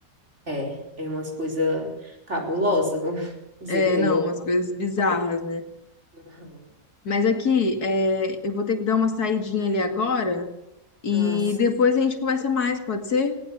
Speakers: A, on the right; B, on the left.
A: É, é umas coisas cabulosas, <laughs> vamos dizer
B: É,
A: que nem
B: não,
A: meu.
B: umas coisas bizarras, né?
A: Uhum.
B: Mas aqui, é, eu vou ter que dar uma saidinha ali agora e
A: Ah, sim.
B: depois a gente conversa mais, pode ser?